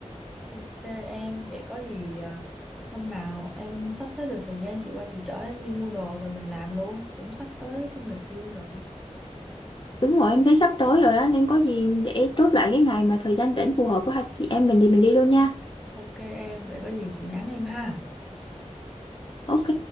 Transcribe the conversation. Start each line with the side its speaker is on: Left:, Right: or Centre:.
Centre: Ok em, vậy có gì à, hôm nào em sắp xếp được thời gian chị qua chị chở em đi mua đồ rồi mình làm luôn. Cũng sắp tới sinh nhật Dương rồi.
Left: Đúng rồi, em thấy sắp tới rồi đó, nên có gì để chốt lại cái ngày mà thời gian rảnh phù hợp của hai chị em mình thì mình đi luôn nha.
Centre: Ok em, vậy có gì chị nhắn em ha.
Left: Ok.